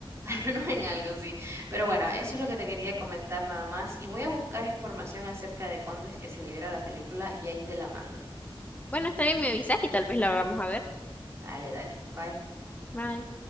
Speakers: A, on the right; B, on the left.
A: Al menos en algo, sí. Pero bueno, eso es lo que te quería comentar nada más. Y voy a buscar información acerca de cuándo es que se libera la película y ahí te la mando.
B: Bueno, está bien, me avisas y tal vez la vamos a ver.
A: Dale, dale. Bye.
B: Bye.